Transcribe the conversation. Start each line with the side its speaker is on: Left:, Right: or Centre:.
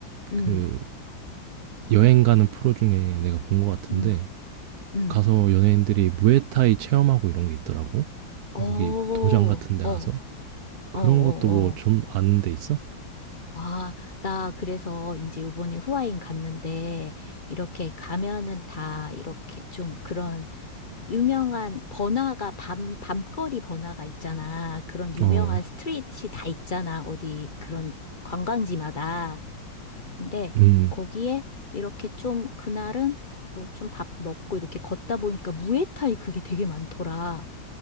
Left: 음,
Right: 그 여행 가는 프로 중에 내가 본 것 같은데,
Left: 음, 음.
Right: 가서 연예인들이 무에타이 체험하고 이런 게 있더라고.
Left: 어,
Right: 여기
Left: 어,
Right: 도장 같은 데
Left: 어,
Right: 가서. 그런
Left: 어, 어.
Right: 것도 뭐 좀 아는 데 있어?
Left: 아, 나 그래서 이제 요번에 후아인 갔는데 이렇게 가면은 다 이렇게 좀 그런 유명한 번화가, 밤, 밤거리 번화가 있잖아. 그런 유명한
Right: 어,
Left: 스트릿이 다 있잖아. 어디 그런 관광지마다. 근데
Right: 음.
Left: 거기에 이렇게 좀 그날은 뭐 좀 밥 먹고 이렇게 걷다 보니까 무에타이 그게 되게 많더라.